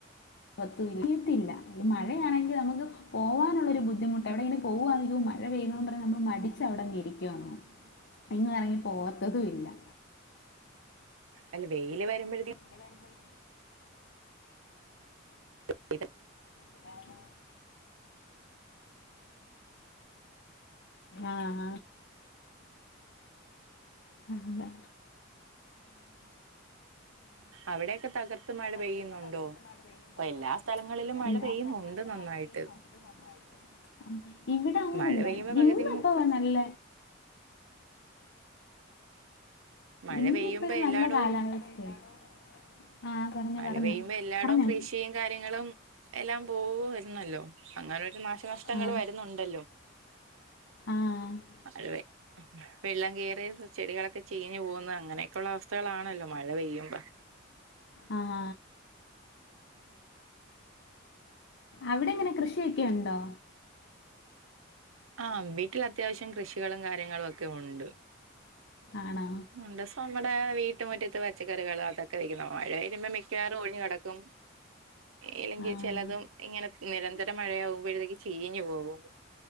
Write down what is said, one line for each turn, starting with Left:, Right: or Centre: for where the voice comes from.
Left: പറ്റത്തില്ല ഈ മഴയാണെങ്കിൽ നമുക്ക് പോകാനുള്ള ഒരു ബുദ്ധിമുട്ട് എവിടെ ഇങ്ങനെ പോകുമ്പളും വ വെയ്യുന്ന പറയാ നമ്മൾ മടിച്ചു അവിടെന്ന്െ ഇരിക്കുവയാണ്. ഇങ്ങറങ്ങി പോവാത്തതുംല്
Right: അല്ല വെയില് വരുമ്പോഴത്തേക്കും
Left: പിന്ന വരുമ്പോണ്ട്
Right: <unintelligible>
Left: ഇതാണ്. ആഹ അ അങ്ങെ
Right: അവിടെയൊക്കെ തകർത്ത് മഴ
Left: അവിടെയൊക്കെ
Right: പെയ്യുന്നുണ്ടോ
Left: തകർത്ത് മഴ പെയ്യുന്നുണ്ടോ,
Right: ഇപ്പൊ എല്ലാ സ്ഥലങ്ങളിലും മഴ
Left: എല്ലാ
Right: പെയ്യുന്നുണ്ട്
Left: സ്ഥലങ്ങളിലും
Right: നന്നായിട്ട്
Left: മഴ പെയ്യുന്നുോ ആ ഇവിടെ അങ്ങനല്ല
Right: മഴ പെയ്യുമ്പോ പകുതി
Left: ഇന്നപ്പോ
Right: മുക്ക
Left: നല്ല
Right: മഴ
Left: ഇന്നിപ്പോ
Right: പെയ്യുമ്പോ
Left: നല്ല
Right: എല്ലായിടവും
Left: കാലാവസ്ഥയാണ്. ആ പറഞ്ഞോ
Right: മഴ
Left: പറഞ്ഞോ
Right: പെയ്യുമ്പോ എല്ലായിടും
Left: പറഞ്ഞോ
Right: കൃഷിയും കാര്യങ്ങളും എല്ലാം പോവമായിരുന്നല്ലോ. അങ്ങനെൊരു നാശനഷ്ടങ്ങൾ
Left: ആ
Right: വരുന്നുണ്ടല്ലോ
Left: ആ
Right: അത്തെ വെള്ളം കേയറിയ ചെടികളൊക്കെ ചീഞ്ഞ് പോകുന്ന അങ്ങനെയൊക്കെയുള്ളള്ള അവസ്ഥകളാണല്ലോ മഴ പെയ്യുമ്പോ.
Left: ആഹ അവിടെങ്ങനെ കൃഷി ഒക്കെ ഉണ്ടോ
Right: ആഹ് മി വീട്ടിൽ അത്യാവശ്യം കൃഷികളും കാര്യങ്ങളും ഒക്കെ ഉണ്ട്
Left: ആണോ
Right: ഒരു ദിവസം നമ്മുടെ വീട്ട വീട്ടുമുറ്റത്ത് പച്ചക്കറികൾ അതൊക്കെ വയ്ക്കും മഴ പെയ്യുമ്പോൾ മിക്കവാറും ഒഴിഞ്ഞ് കിടക്കും ഇല്ലെങ്കിൽ
Left: ആഹ്
Right: ചിലതും ഇങ്ങനെ നിരന്തര മഴയാകുമ്പോഴത്തേക്ക് ചീഞ്ഞു പോകും